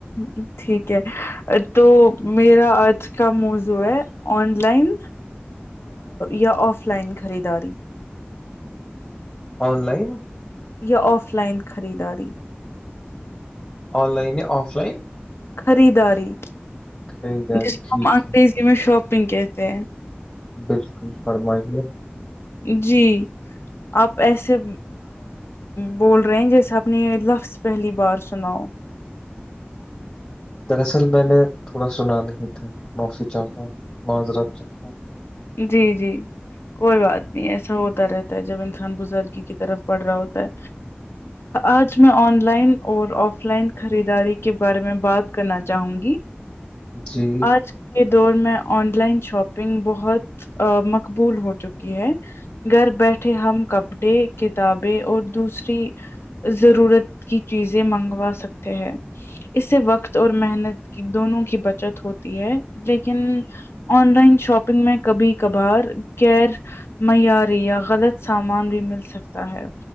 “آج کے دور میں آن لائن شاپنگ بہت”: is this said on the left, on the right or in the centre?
Left